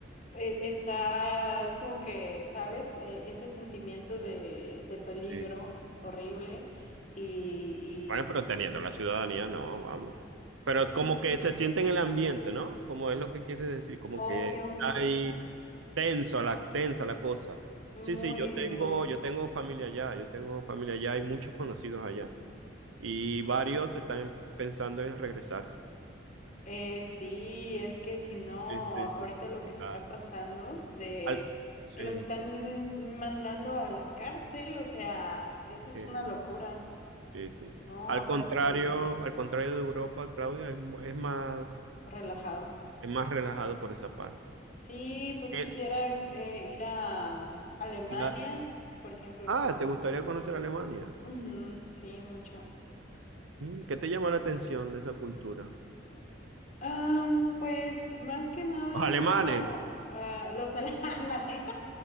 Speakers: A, on the left; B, on the right.
A: e- está como que, ¿sabes? E- Ese sentimiento de, de peligro
B: sí.
A: horrible y,
B: Bueno, pero teniendo la ciudadanía, no, vamos. Pero
A: y
B: como
A: mm,
B: que se siente en el ambiente, ¿no? Como es lo que quiere decir, como
A: obvio,
B: que hay tenso la, tensa la cosa.
A: muy,
B: Sí, sí, yo tengo,
A: muy.
B: yo tengo familia allá, yo tengo familia allá, hay muchos conocidos allá. Y varios están pensando en regresarse.
A: Eh, sí, es que si no,
B: Sí, sí,
A: ahorita
B: sí.
A: lo que está
B: Ah,
A: pasando de
B: al, sí,
A: que los están mandando a la cárcel, o sea, eso es
B: sí,
A: una locura,
B: sí, sí.
A: ¿no?
B: Al
A: Aparte,
B: contrario, al contrario de Europa, Claudia, es, mu- es más,
A: relajado.
B: es más relajado por esa parte.
A: Sí, pues
B: Eh,
A: quisiera eh, ir a mm, Alemania,
B: la-
A: por ejemplo.
B: Ah,
A: me-
B: ¿te gustaría conocer Alemania?
A: Ujú, sí, mucho.
B: Mm, ¿Qué te llama la atención de esa cultura?
A: Am, pues más que nada
B: Los alemanes.
A: es como ah, los... ale- <laughs> Ándale,